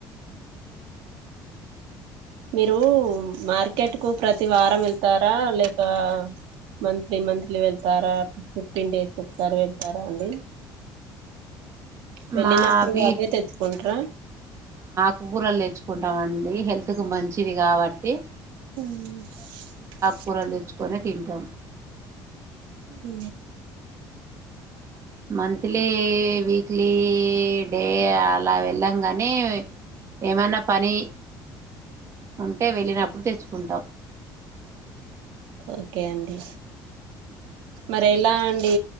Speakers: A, on the right (about 85°); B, on the right (about 35°).
A: మీరు మార్కెట్కు ప్రతి వారం వెళ్తారా లేక మంత్లీ మంత్లీ వెళ్తారా ఫిఫ్టీన్ డేస్కి ఒకసారి వెళ్తారా అండి వెళ్ళినప్పుడు
B: మా బి
A: అవే తెచ్చుకుంట్రా
B: కూరలు తెచ్చుకుంటామ అండి హెల్తుకు మంచిది కాబట్టి
A: మ్మ్
B: కూరలు తెచ్చుకొనే తింటాం
A: ఉ
B: మంత్లీ వీక్లీ డే అలా వెళ్ళాము కానీ ఏమైనా పని ఉంటే వెళ్ళినప్పుడు తెచ్చు కుంటం
A: ఓకే అండి మరి ఎలా అండి